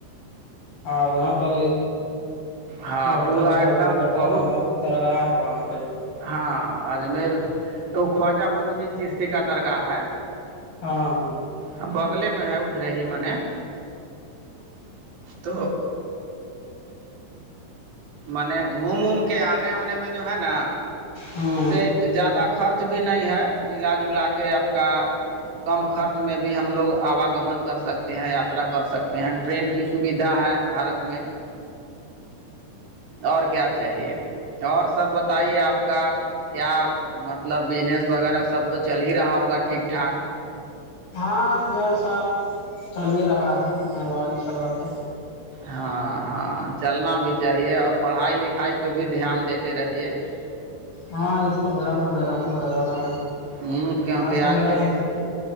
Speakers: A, on the left; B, on the right.
A: ہاں وہاں تو
B: ہاں
A: بہت
B: پورا
A: اچھا
B: ایک دم
A: م کرتا
B: بہت
A: ہے وہاں درگاہ وہاں پرہ
B: ہاں اجمیر تو وہ خواجہ معین الدین چشتی کا درگاہ ہے
A: ہاں ہاں
B: ہ بگلے میں ہے ادھرے ہی منے تو م نے گھوم ووم کے آنے ونے میں جو ہے نا
A: ہاں
B: سے زیادہ خرچ بھی نہیں ہے ملا جلا کے آپ کا کم خرچ میں بھی ہم لوگ آواگمن کر سکتے ہیں یاترا کر سکتے ہیں ٹرین کی سویدھا ہے بارت میں اور کیا چاہیے اور سب بتائیے آپ کا کیا مطلب بجنس وغیرہ سب تو چل ہی رہا ہوگا ٹھیک ٹھاک
A: ہاں جیسا چل ہی رہا ہے میں الا اللہ کے
B: ہاں ہاں چلنا بھی چاہیے اور پڑھائی لکھائی پہ بھی دھیان دیتے رہیے <unintelligible>
A: ہاں اس کو دھیان تو دینا ہی پڑے گا نا
B: ہ کیونکہ
A: آ سن
B: آج
A: رہے
B: کے